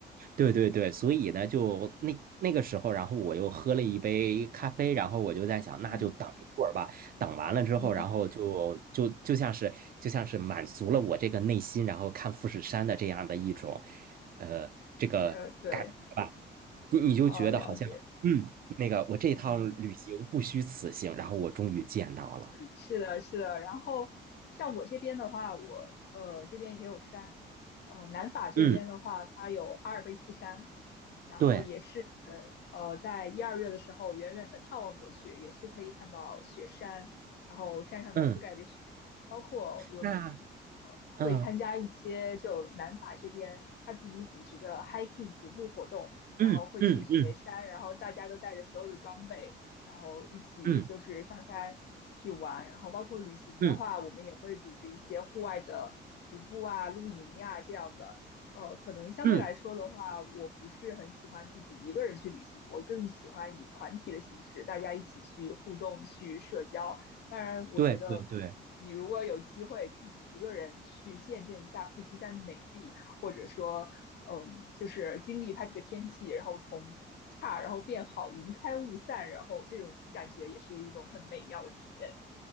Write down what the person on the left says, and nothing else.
嗯
嗯，
呃，对，
哦，了解。
嗯，
是的，是的。然后像我这边的话，我呃这边也有山，呃，南法这边的话，
它有阿尔卑斯山，然后也是
呃，在一二月的时候，远远的眺望过去，也是可以看到雪山，然后山上都覆盖着雪，
包括我们呃会参加一些就南法这边他自己组织的
hiking 徒步活动，然后会去雪山，
然后大家都带着所有的装备，然后一起就是上山去玩，
然后包括旅行的话，
我们也会组织一些户外的徒步啊、露营呀、这样的。呃，可能相对来说的话，
我不是很喜欢自己一个人去旅行，我更喜欢以团体的形式，大家一起去互动、去社交。当然，我觉得你如果有机会自己一个人去见证一下富士山的美丽，
或者说，嗯，就是经历它这个天气，然后从差然后变好，云开雾散，然后这种感觉也是一种很美妙的体验。